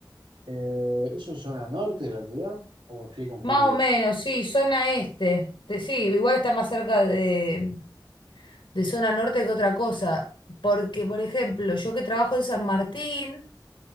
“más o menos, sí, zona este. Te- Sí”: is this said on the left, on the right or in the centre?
Left